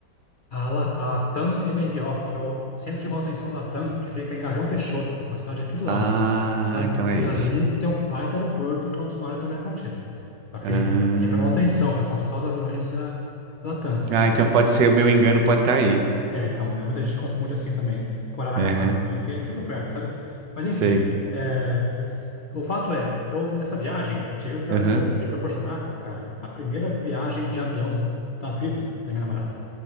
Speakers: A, on the left; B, on the right.
A: A, La- a TAM-MRO, que é o Centro de Manutenção da TAM, que fica em Gavião Peixoto, uma cidade aqui do lado,
B: ah,
A: sabe?
B: então é
A: E
B: isso.
A: ali tem um baita aeroporto, que é um dos maiores da América Latina, ok?
B: Ah,
A: Que é para manutenção, para consertar os aviões da, da TAM, sabe?
B: ah, então pode ser, o meu engano pode estar aí.
A: É, então, é, muita gente confunde assim também, com Araraquara
B: Aham,
A: também, que é aqui por perto, sabe? Mas enfim,
B: sei.
A: é, o fato é, eu nessa viagem tive o prazer
B: Aham.
A: de proporcionar, cara, a primeira viagem de avião da vida da minha namorada.